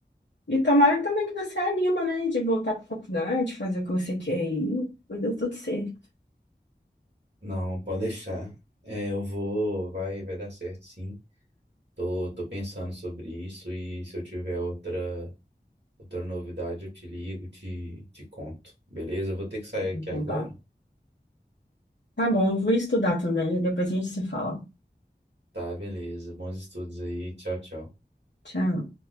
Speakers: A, on the left; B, on the right.
A: E tomara também que você anima, né? De voltar para faculdade, fazer o que você quer aí. Mas deu tudo certo.
B: Não, pode deixar. É, eu vou, vai, vai dar certo, sim. Tô, tô pensando sobre isso e se eu tiver outra, outra novidade, eu te ligo, te, te conto. Beleza? Eu vou ter que sair
A: Então
B: aqui agora.
A: tá. Tá bom, eu vou estudar também, depois a gente se fala.
B: Tá, beleza. Bons estudos aí. Tchau, tchau.
A: Tchau.